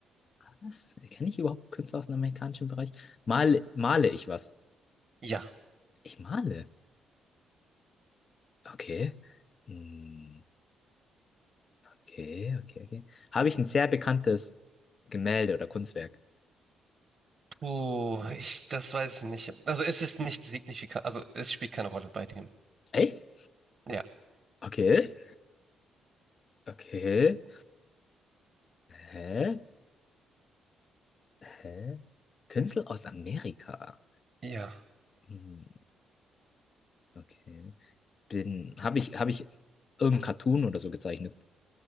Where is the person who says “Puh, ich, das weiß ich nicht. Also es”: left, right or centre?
Right